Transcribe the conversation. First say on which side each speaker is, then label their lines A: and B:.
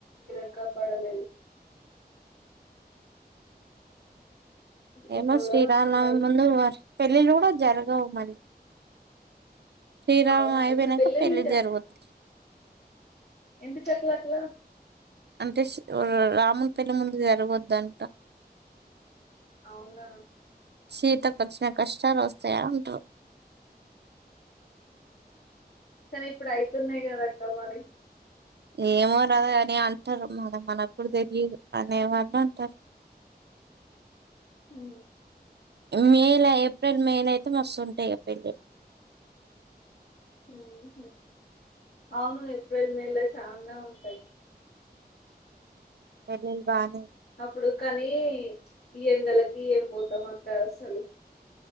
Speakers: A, on the left (about 75°); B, on the right (about 90°).
A: ఇంకా పడలేదు ఇంత
B: ఏమో
A: కూడా
B: శ్రీరామనవమి
A: వర్షం పడలే
B: ముందు వర్ పెళ్ళిళ్లు కూడా జరగవు మళ్ళి శ్రీరామనవమి
A: అవునా
B: అయిపోయినాక
A: ఇప్పుడు పెళ్ళిళ్ళు
B: పెళ్లిళ్లు జరుగుతయ్
A: ఎందు చక్కలక్కయ్య
B: అంటే ష్ రా రాముని పెళ్లి ముందు జరగొద్దంట
A: అవునా
B: సీతకు వచ్చిన కష్టాలు వస్తయ అంటుర్రు
A: కానీ ఇప్పుడు అయితున్నాయి కదా అక్క మరి
B: ఏమో రాద అని అంటారు మన మన కూడా తెలియదు అనే వాళు అంటారు <unintelligible>
A: ఆ
B: మేల ఏప్రిల్ మేల అయితే మస్తుంటయ్ పెళ్లిళ్లు
A: ఊహు అవును ఏప్రిల్ మేళ చానా ఉంటయి
B: పెళ్లిలు బానే
A: అప్పుడు కానీ ఈ ఎండలకి ఏం పోతాం అక్క అసలు